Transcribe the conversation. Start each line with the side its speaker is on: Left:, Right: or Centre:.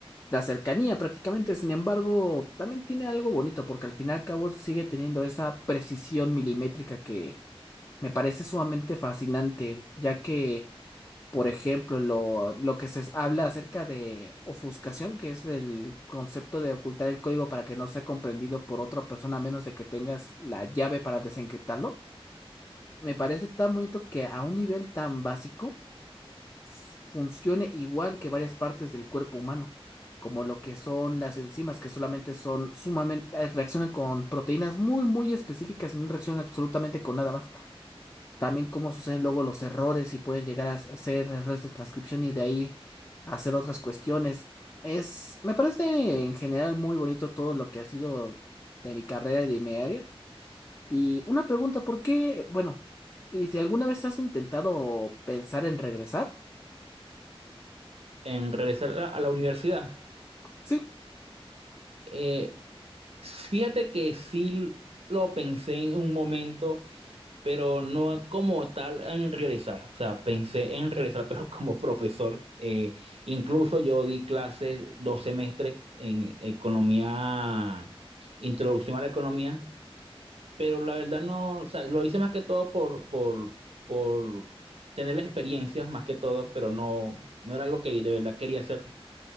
Left: la cercanía prácticamente. Sin embargo, también tiene algo bonito porque al fin y al cabo sigue teniendo esa precisión milimétrica que me parece sumamente fascinante, ya que por ejemplo, lo, lo que se habla acerca de ofuscación, que es el concepto de ocultar el código para que no sea comprendido por otra persona a menos de que tengas la llave para desencriptarlo. Me parece tan bonito que a un nivel tan básico s- funcione igual que varias partes del cuerpo humano, como lo que son las enzimas, que solamente son sumamente, eh, reaccionan con proteínas muy, muy específicas y no reaccionan absolutamente con nada más. También cómo suceden luego los errores y pueden llegar a ser errores de transcripción y de ahí hacer otras cuestiones. Es, me parece en general muy bonito todo lo que ha sido de mi carrera y de mi área. Y una pregunta, ¿por qué? Bueno, ¿y si alguna vez has intentado pensar en regresar?
Right: en regresar a, a la universidad.
Left: Sí,
Right: Eh, fíjate que sí lo pensé en un momento, pero no como tal en regresar. O sea, pensé en regresar, <laughs> pero como profesor. Eh, incluso yo di clases dos semestres en economía, introducción a la economía, pero la verdad no, o sea, lo hice más que todo por, por, por tener la experiencia, más que todo, pero no, no era algo que de verdad quería hacer.